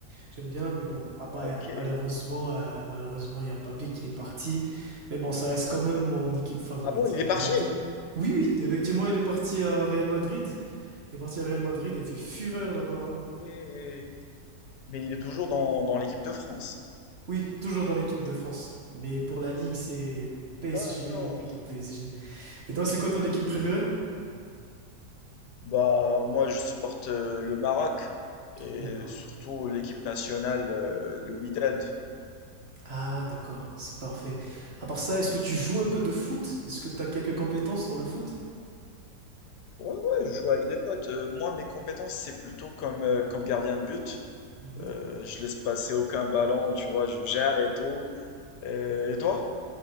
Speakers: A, on the right; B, on the left.
A: J'aime bien, mais bon, ah bah,
B: Ah, ok.
A: malheureusement, euh, malheureusement, il y a Mbappé qui est parti. Mais bon, ça reste quand même mon équipe favorite.
B: Ah bon, il est parti?
A: Et la tienne? Oui, oui, effectivement, il est parti à Real Madrid. Il est parti à Real Madrid et il fait fureur là-bas. hein.
B: Ah ouais. Mais il est toujours dans, dans l'équipe de France.
A: Oui, toujours dans l'équipe de France. Mais pour la Ligue, c'est PSG,
B: D'accord.
A: il est plus dans PSG. Et toi, c'est quoi ton équipe préférée?
B: Bah, moi, je supporte euh, le Maroc et
A: Le Maroc.
B: surtout l'équipe nationale, euh, le Wydad.
A: Ah, d'accord, c'est parfait. À part ça, est-ce que tu joues un peu de foot? Est-ce que tu as quelques compétences dans le foot?
B: Ouais, ouais, je joue avec des potes. Euh, moi, mes compétences, c'est plutôt comme, euh, comme gardien de but.
A: Mhm.
B: Euh, je laisse passer aucun ballon, tu vois, je gère et tout. Euh, et toi?